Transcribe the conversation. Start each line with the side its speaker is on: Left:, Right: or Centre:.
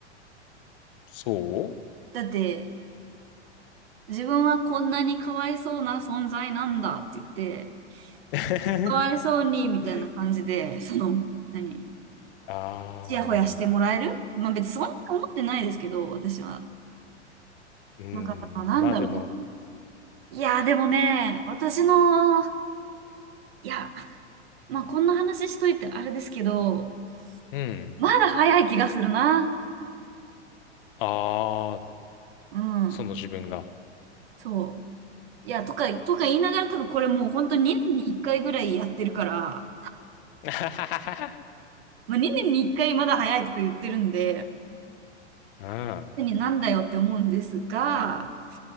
Left: そ
Right: だって、自分はこんなにかわいそうな存在なんだって言って、
Left: う
Right: かわいそうに、みたいな感じで、
Left: <laughs>
Right: その、何、
Left: ああ、
Right: ちやほやしてもらえるまあ別にそんな思ってないですけど、私は。
Left: うん、
Right: なんか、なんだろうな。
Left: まあでも、
Right: いやー、でもね、私の、いや、まあこんな話しといてあれですけど、
Left: うん、
Right: まだ早い気がするな。
Left: ああ、
Right: うん、
Left: その自分が。
Right: そう。いや、とか、とか言いながら多分これもう本当に2年に1回ぐらいやってるから、
Left: <laughs> あ
Right: まあ、2年に1回まだ早いとか言ってるんで、
Left: あ、
Right: 何なんだよって思うんですが、